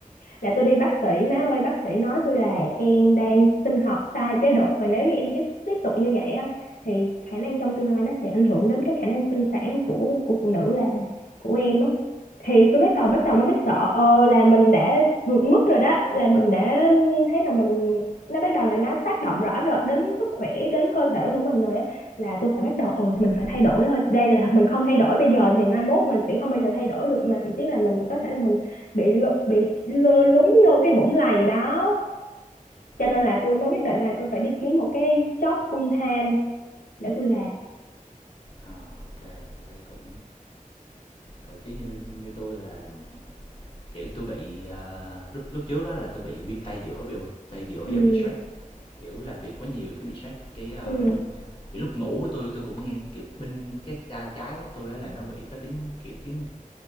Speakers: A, on the left (about 85°); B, on the left (about 35°).
A: là tôi đi bác sĩ má ơi bác sĩ nói tôi là em đang sinh hoạt sai chế độ và nếu như em tiếp tiếp tục như vậy á thì khả năng trong tương lai nó sẽ ảnh hưởng đến cái khả năng sinh sản của của phụ nữ là của em á thì tôi bắt đầu
B: ờ,
A: bắt đầu mới biết sợ ờ là mình đã vượt mức rồi đó là mình đã thấy là mình nó bắt đầu là nó tác động rõ rệt đến sức khỏe đến cơ thể của mình rồi á là tôi phải bắt đầu ừ mình
B: ừm,
A: phải thay đổi thôi đây là mình không thay đổi bây giờ thì mai mốt mình sẽ không bao giờ thay đổi được mà thậm chí là mình có thể là mình bị lụ- bị lơ lúng vô cái vũng lầy đó cho
B: ờ,
A: nên là tôi mới quyết định là tôi phải đi kiếm một cái job full time để tôi làm
B: ờ, thấy cũng còn chứ như như tôi là, kiểu, tôi bị, ờ lúc lúc trước á là tôi bị viêm tay giữa, biểu tay giữa
A: ừ
B: do bị stress, kiểu, làm việc quá nhiều cái bị stress, cái, ơ,
A: ừ
B: bên kiểu, lúc ngủ của tôi tôi cũng nghe, kiểu, bên cái tai trái của tôi á là nó bị có tiếng, kiểu, tiếng